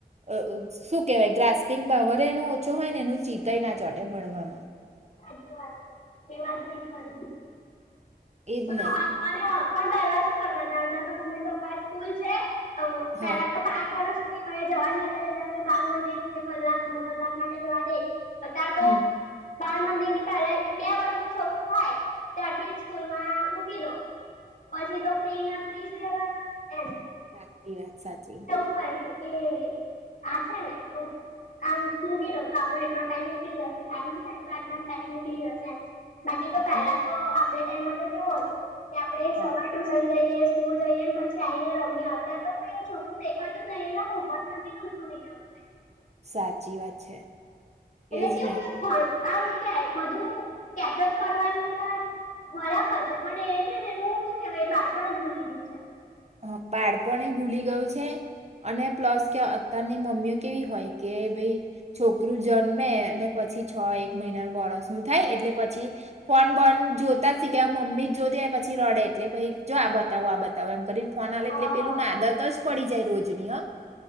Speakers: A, on the right; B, on the left.
A: એ અ શું કેહવાય ગ્રાસસ્પિંગ પાવર એનો ઓછો હોય ને એનું ચિતય ના ચોટે ભણવામાં.
B: હાચી વાત એ વાત બી ખરી
A: એજ
B: પણ
A: ને
B: અને પણ પહેલા શું કરતા તા ત્યાં તો મમ્મી પપ્પા સ્કૂલ છે અ
A: હા
B: પેલા તો પાંચ વર્ષ સુધી કઈ જવા જ ન દેય અને પેલું બાલ મંદિર જે કલાક દોઢ કલાક માટે જવા દે અતાર
A: હમમ.
B: બાળમંદિર ની પહેલા બે વર્ષ નું છોકરું થાય ત્યારથી સ્કૂલ માં મૂકી દો પછી તો ફ્રી ના ફ્રી જ રેવાના એમ.
A: સાચી વાત, સાચી વાત.
B: શું કરે છે કે આ છે ને તો આમ મૂકી દઉં તો આપડો એટલો ટાઈમ નીકળી જશે આનો તો આટલા માં ટાઈમ નીકળી જશે બાકી તો પહેલા
A: હમ
B: તો આપડે ટાઈમમાં તો કેવું હતું તે આપડે
A: હા
B: સવાટું <unintelligible> જઈએ સ્કૂલ જઈએ ને પછી આઈને રમીએ અત્યારે તો કોઈ એવું છોકરું દેખાતું જ નહી ને હોમવર્ક નથી કરતું <inaudible>
A: સાચી વાત છે.
B: એટલે
A: એ જ
B: કેવું
A: ને.
B: કે ભણ આમ શું કેવાય બધું કેચઅપ કરવાના જ બરાબર છે પણ એ છે ને એનું શું કેહવાય બાળપણ જ ભૂલી ગયું છે.
A: હા બાળપણએ ભૂલી ગયું છે. અને પ્લસ કે અત્યારની મમ્મીઓ કેવી હોય કે ભાઈ છોકરું જન્મે અને પછી છ એક મહિના વર્સ નું થાય એટલે પછી ફોન બંધ જોતા જ શીખ્યા મમ્મી જોતી પછી રડે એટલે પહિ જો આ બતાવું આ બતાવું એમ કરીન ફોન આલે
B: હા
A: એટલે પેલુંને આદત જ પડી જાય રોજની હા